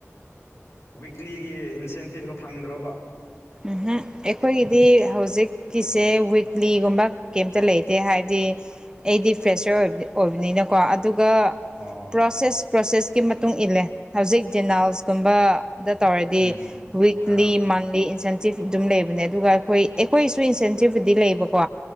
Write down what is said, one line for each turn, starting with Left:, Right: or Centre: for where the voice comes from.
Left: ꯋꯤꯛꯂꯤꯒꯤ ꯏꯟꯁꯦꯟꯇꯤꯞꯀ ꯐꯪꯗ꯭ꯔꫭꯕ꯫
Right: ꯎ ꯑꯩꯈꯣꯏꯒꯤꯗꯤ ꯍꯧꯖꯤꯛ ꯀꯤꯁꯦ ꯋꯤꯛꯂꯤꯒꯨꯝꯕ ꯀꯩꯝꯇ ꯂꯩꯇꯦ ꯍꯥꯏꯗꯤ꯫ ꯑꯩꯗꯤ ꯐ꯭ꯔꯦꯁꯔ ꯑꯣꯏꯕꯅꯤꯅꯀꯣ ꯑꯗꯨꯒ
Left: ꯑꯣ
Right: ꯄ꯭ꯔꯣꯁꯦꯁ ꯄ꯭ꯔꯣꯁꯦꯁꯀꯤ ꯃꯇꯨꯡ ꯏꯜꯂꯦ ꯍꯧꯖꯤꯛ ꯦꯅꯥꯜꯁꯀꯨꯝꯕ ꯗ ꯇꯧꯔꯗꯤ
Left: ꯎꯝ
Right: ꯋꯤꯛꯂꯤ
Left: ꯑꯥ
Right: ꯃꯟꯂꯤ ꯏꯟꯁꯦꯟ ꯇꯤꯞ ꯑꯗꯨꯝ ꯂꯩꯕꯅꯦ ꯑꯗꯨꯒ ꯑꯩꯈꯣꯏ ꯑꯩꯈꯣꯏꯒꯤꯁꯨ ꯏꯟꯁꯦꯟꯇꯤꯞꯄꯨꯗꯤ ꯂꯩꯕꯀꯣ